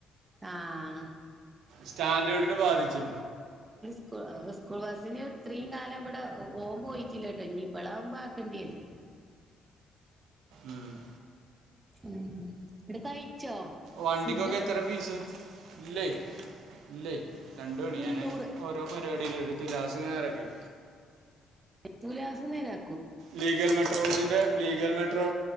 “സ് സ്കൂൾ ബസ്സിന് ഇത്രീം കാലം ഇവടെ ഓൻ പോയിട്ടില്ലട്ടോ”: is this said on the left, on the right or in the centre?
Right